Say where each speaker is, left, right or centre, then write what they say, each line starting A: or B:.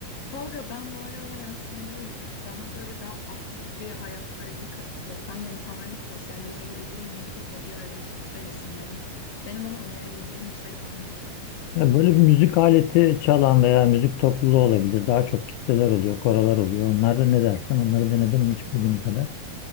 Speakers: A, on the left; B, on the left.
A: Tolga ben bu aralar aslında y- bana böyle daha aktif bir hayat tarzı katacak. Hem de insanlarla sosyalleşebileceğim yeni bir hobi arayışı içerisindeyim. Senin bana önerebileceğin bir şey var mı?
B: Ya Böyle bir müzik aleti çalan veya müzik topluluğu olabilir. Daha çok kitleler oluyor, koralar oluyor. Onları ne dersen onları denedin mi hiç bugüne kadar?